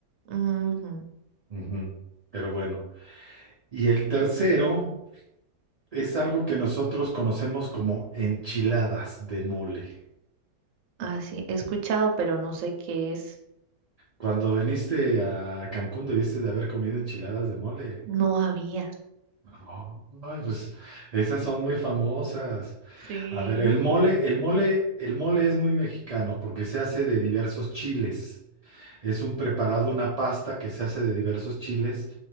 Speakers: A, on the right (about 65°); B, on the right (about 50°).
A: Ujú.
B: Ujú. Pero bueno. Y el tercero. Es algo que nosotros conocemos como enchiladas de mole.
A: Ah, sí, he escuchado, pero no sé qué es.
B: Cuando viniste a Cancún debiste de haber comido enchiladas de mole.
A: No había.
B: Oh, ay, pues esas son muy famosas.
A: Sí.
B: A ver, el mole, el mole, el mole es muy mexicano porque se hace de diversos chiles. Es un preparado, una pasta que se hace de diversos chiles